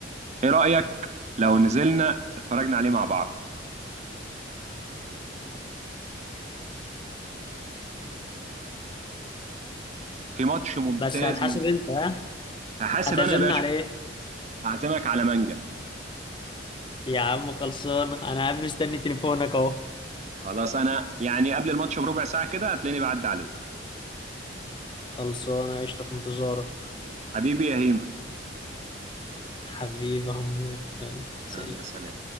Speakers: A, on the right (about 35°); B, on the left (about 25°).
A: ايه رايك لو نزلنا اتفرجنا عليه مع بعض في ماتش ممتاز
B: بس هتحاسب
A: ممتاز
B: انت ها
A: هحاسب
B: هتعزمنا
A: انا يا باشا
B: على ايه؟
A: هعزمك على مانجا
B: يا عم خلصانة أنا قاعد مستني تليفونك أهو
A: خلاص انا يعني قبل الماتش بربع ساعه كده هتلاقيني بعدي عليك
B: خلصانة قشطة في انتظارك
A: حبيبي يا هيما
B: حبيبي يا عمور يلا
A: يلا
B: سلام
A: سلام